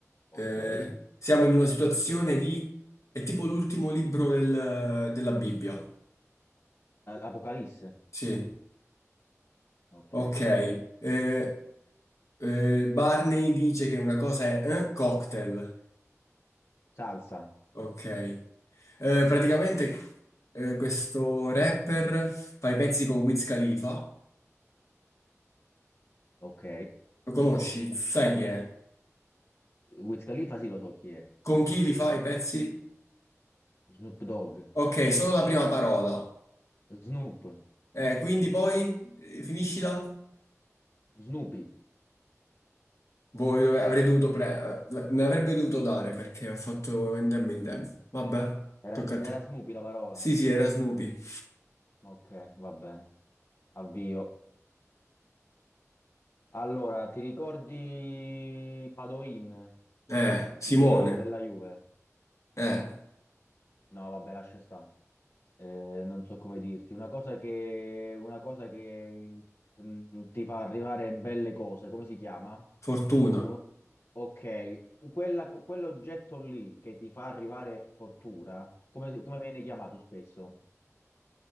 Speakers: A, on the left; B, on the left.
A: ok.
B: Eh,
A: Eh,
B: siamo in una situazione di... è tipo l'ultimo libro del- della Bibbia.
A: Apocalisse.
B: Sì,
A: Ok.
B: ok. Eh, eh, Barney dice che una cosa è eh, cocktail.
A: Salsa.
B: Ok. Eh, praticamente, eh, questo rapper fa i pezzi con Wiz Khalifa.
A: Ok.
B: Lo conosci? Sai chi è?
A: Wiz Khalifa, sì, lo so chi è.
B: Con chi li fai i pezzi?
A: Snoop Dogg.
B: Ok, solo la prima parola.
A: Snoop.
B: Eh, quindi poi eh, finiscila?
A: Snoopy.
B: Voi dove- avrei dovuto pre- eh, me l'avrebbe dovuto dare perché ho fatto in tempo in tempo. Vabbè,
A: Era,
B: tocca a te.
A: era Snoopy la parola.
B: Sì, sì, era Snoopy.
A: Ok, va bene. Avvio. Allora, ti ricordi Padoin,
B: Eh, Simone.
A: il giocatore della Juve?
B: Eh,
A: No, vabbè, lascia stare. Eh, non so come dirti. Una cosa che, una cosa che mm, ti fa arrivare belle cose. Come si chiama?
B: Fortuna.
A: Uno- Ok, Quella- quell'oggetto lì che ti fa arrivare fortuna, come, come viene chiamato spesso?